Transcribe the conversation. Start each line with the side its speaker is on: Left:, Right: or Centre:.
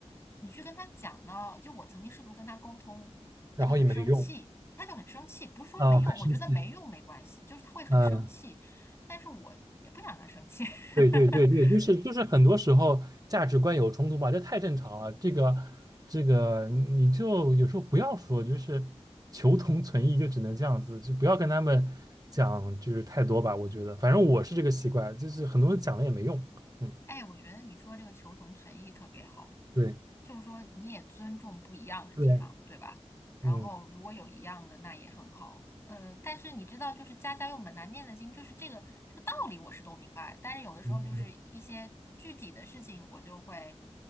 Left: 你去跟她讲呢，就我曾经试图跟她沟通，
Right: 然后也没用，
Left: 她就很生气，她就很生气，不是说没用，
Right: 哦，很生气，
Left: 我觉得没用没关系，就是她会很生气，
Right: 嗯，
Left: 但是我也不想她生气，
Right: 对对对对，
Left: <laughs>
Right: 就是就是很多时候价值观有冲突嘛，这太正常了。这个这个，你就有时候不要说，就是求同存异，就只能这样子，就不要跟他们讲就是太多吧。我觉得，反正我是这个习惯，就是很多人讲了也没用。嗯，
Left: 哎，我觉得你说这个求同存异特别好。
Right: 对
Left: 就是说你也尊重不一样的地方，
Right: 对，
Left: 对吧？然后如果有一样的，
Right: 嗯
Left: 那也很好。呃，但是你知道，就是家家有本难念的经，就是这个这个道理我是都明白，但是有的时候就是一些具体的事情，
Right: 嗯
Left: 我就会